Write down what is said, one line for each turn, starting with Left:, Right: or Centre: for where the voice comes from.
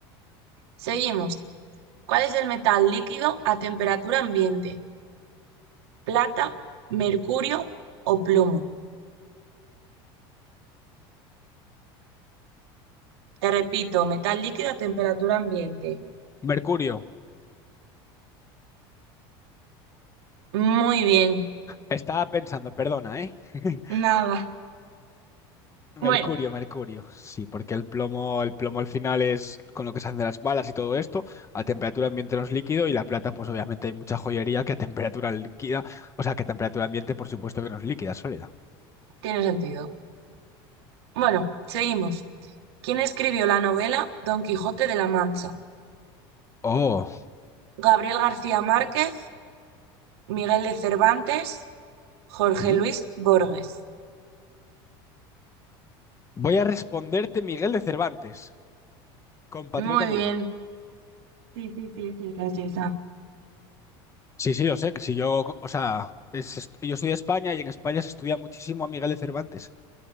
Right: Seguimos. ¿Cuál es el metal líquido a temperatura ambiente? ¿Plata, mercurio o plomo? Te repito, metal líquido a temperatura ambiente.
Left: Mercurio.
Right: Muy bien,
Left: Estaba pensando, perdona, ¿eh? <laughs>
Right: nada.
Left: Mercurio,
Right: Bueno,
Left: Mercurio. Sí, porque el plomo, el plomo al final es con lo que se hacen las balas y todo esto. A temperatura ambiente no es líquido y la plata, pues obviamente hay mucha joyería que a temperatura líquida, o sea, que a temperatura ambiente, por supuesto que no es líquida, es sólida.
Right: tiene sentido. Bueno, seguimos. ¿Quién escribió la novela Don Quijote de la Mancha?
Left: Oh,
Right: Gabriel García Márquez, Miguel de Cervantes, Jorge
Left: ¿Mm?
Right: Luis Borges.
Left: voy a responderte Miguel de Cervantes, compatriota
Right: Muy bien.
Left: mío.
Right: Sí, sí, sí, sí, sí, sí, sí.
Left: Sí, sí, yo sé que si yo, o sea, es est- yo soy de España y en España se estudia muchísimo a Miguel de Cervantes.